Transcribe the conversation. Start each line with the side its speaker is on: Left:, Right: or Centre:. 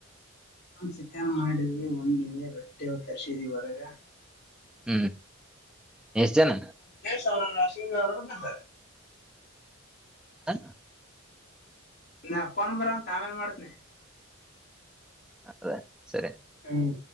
Left: ಚಿಕನ್ ಮಾಡಿದ್ವಿ ಉಂಡಿವಿ ರೊಟ್ಟಿ ತರ್ಸಿದ್ವಿ ಹೊರಗ
Centre: ಹ್ಮ್ ಎಷ್ಟಜಾನ
Left: <unintelligible>
Centre: ಹ
Left: ನ ಫೋನ್ ಬರ ಹತದ ಆಮೇಲೆ ಮಾಡ್ತೀನಿ
Centre: ಹೌದಾ ಸರಿ
Left: ಹ್ಮ್